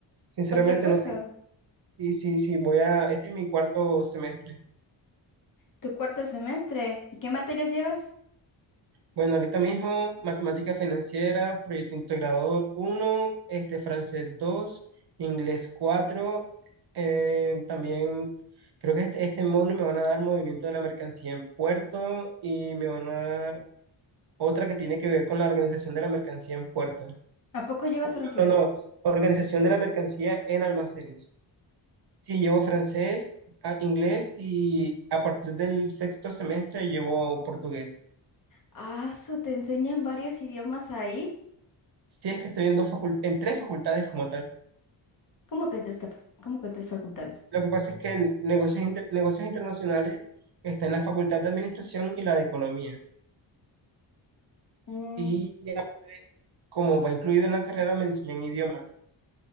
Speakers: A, on the right; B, on the left.
A: Sinceramente
B: Otro curso,
A: no tengo... Sí, sí, sí, voy a... Este es mi cuarto semestre.
B: tu cuarto semestre. ¿Y qué materias llevas?
A: Bueno, ahorita mismo matemática financiera, proyecto integrador uno, este, francés 2, inglés 4, eh, también creo que este, este módulo me van a dar movimiento de la mercancía en puerto y me van a dar otra que tiene que ver con la organización de la mercancía en puerto.
B: ¿A poco llevas francés?
A: No, no, organización de la mercancía en almacenes. Sí, llevo francés, a- inglés y a partir del sexto semestre llevo portugués.
B: Ah, su, ¿te enseñan varios idiomas ahí?
A: Sí, es que estoy en dos facul- en tres facultades como tal.
B: ¿Cómo que en tres, taf- cómo que en tres facultades?
A: Lo que pasa es que en negocios, inter- negocios internacionales está en la Facultad de Administración y la de Economía.
B: Mm,
A: Y aparte, como va incluido en la carrera, me enseñan idiomas.